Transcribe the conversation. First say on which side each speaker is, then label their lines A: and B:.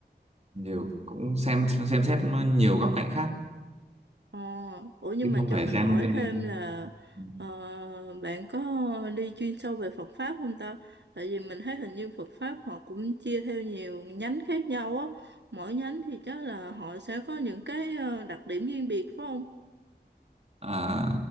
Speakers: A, on the right (about 35°); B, on the right (about 80°).
A: điều cũng xem xem xét nó nhiều góc cạnh khác
B: Ờ, ủa nhưng
A: chứ
B: mà
A: không
B: cho
A: phải
B: mình
A: xem
B: hỏi
A: trên
B: thêm là
A: ờ,
B: ờ, bạn có đi chuyên sâu về Phật pháp không ta? Tại vì mình thấy hình như Phật pháp họ cũng chia theo nhiều nhánh khác nhau á. Mỗi nhánh thì chắc là họ sẽ có những cái ờ, đặc điểm riêng biệt phải không?
A: À,